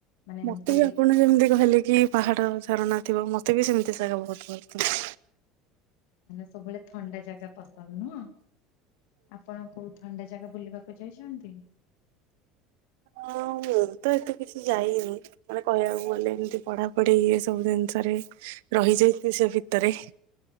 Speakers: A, on the left (about 80°); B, on the right (about 80°).
A: ମାନେ ଏମିତି
B: ମତେ ବି ଆପଣ ଯେମିତି କହିଲେ କି ପାହାଡ ଝାରଣା ଥିବ ମ ମତେ ବି ସେମିତି ଜାଗା ବହୁତ ବ
A: ମାନେ ସବୁବେଳେ ଥଣ୍ଡା ଜାଗା ପସନ୍ଦ୍ ନୁହଁ, ଆପଣ କୋଉ। ଥଣ୍ଡା ଜାଗା ବୁଲିବାକୁ ଯାଇଛନ୍ତି?
B: ହଁ ମୁଁ ତ ଏତେ କିଛି ଯାଇନି। ମାନେ କହିବାକୁ ଗଲେ ଏମତି ପଢା ପଢି ଏ ସବୁ ଜିନିଷରେ ରହିଯାଇଛି ସେ ଭିତରେ